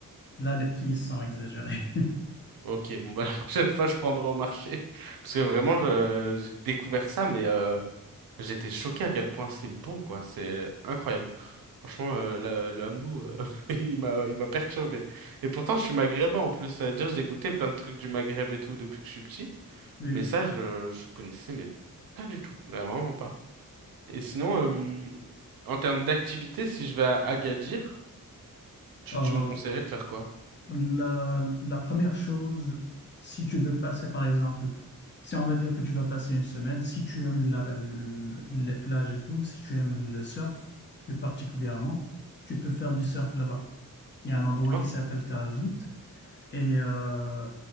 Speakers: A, on the left; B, on the right.
A: là, les prix sont exagérés.
B: Ok, bon bah <laughs> la prochaine fois je prendrai au marché. <laughs> Parce que vraiment je- j'ai découvert ça, mais euh, j'étais choqué à quel point c'est bon quoi, c'est incroyable. Franchement euh, le, le Hamelou, euh, <laughs> il m'a il m'a perturbé. Et pourtant je suis maghrébin en plus, c'est-à-dire j'ai goûté plein de trucs du Maghreb et tout depuis que je suis petit,
A: <laughs> Oui.
B: mais ça je je connaissais mais pas du tout, mais vraiment pas. Et sinon euh, en termes d'activité, si je vais à Agadir, tu
A: Euh,
B: tu me conseillerais de faire quoi?
A: La, la première chose, si tu veux passer, par exemple, si on va dire que tu vas passer une semaine, si tu aimes la- le- les plages et tout, si tu aimes le surf plus particulièrement, tu peux faire du surf là-bas. Il y a un endroit
B: Ok.
A: qui s'appelle Tarazout. Et euh,